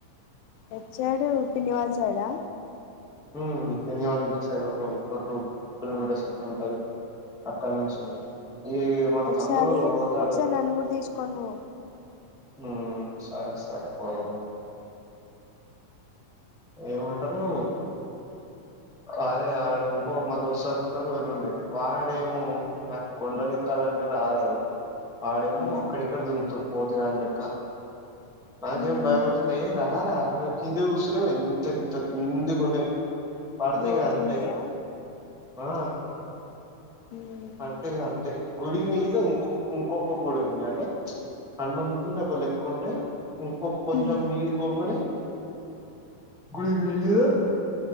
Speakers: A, on the left; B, in the centre.
A: ఎట్ సైడు పులివెందుల సైడా
B: హ్మ్ పిన్ని వాళ్ళ ఇంటి సైడ్ ఒక ఫోర్ టూ కిలోమీటర్స్ అట్లా ఉంటది అక్కడ నుంచి
A: హ్మ్
B: ఈ మన
A: ఒకసారి
B: తమ్ముడు పోతాడు
A: ఒకసారి నన్నుకూడా తీసుకోని పో
B: హ్మ్ సరే సరే పోదాం ఏమంటరు అదే వాడు ఇంకో మా దోస్తాలతో వెళ్లుండే వాడేమో మ కొండలేక్క కల అంటే రాలేదు వాడేమో
A: ఉమ్
B: అక్కడిక్కడ దుర్ముతుర్రు పోతి దాని లెక్క నాకేం
A: ఉమ్
B: భయమవుతుంది ఏ రా రా కింద చూస్తునవ్వు ఎంత ఎంత కిందికి కున్నాయి. పడతే
A: లోతుగా
B: ఇగ అంతె
A: ఉన్నాయా
B: ఇగ ఆ
A: ఉమ్
B: పడితే ఇగ అంతే గుడి మీద ఇంకొ ఇంకొక గుడి ఉంది అంటే ఇచ్ హనుమంతని ఒక లెక్క ఉంటే ఇంకొక కొంచెం
A: ఉమ్
B: మీరు పోంగనే గుడికి వెయ్యొ